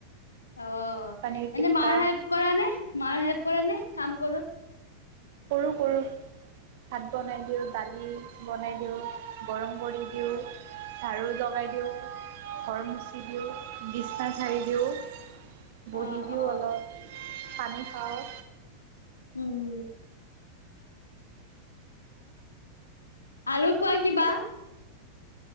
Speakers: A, on the left; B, on the right.
A: অ'
B: পনীৰ টিক্কা
A: এনে মাৰ হেল্প কৰা নে, মাৰ হেল্প? কৰা নে কাম কৰোত?
B: কৰো কৰো। ভাত বনাই দিওঁ, দালি বনাই দিওঁ, গৰম কৰি দিওঁ, জাৰু লগাই দিওঁ, ঘৰ মুুচি দিওঁ, বিচনা পাৰি দিওঁ বহি
A: অ
B: দিওঁ
A: অ
B: অলপ। পানী খাওঁ
A: উম। আৰু কোৱা কিবা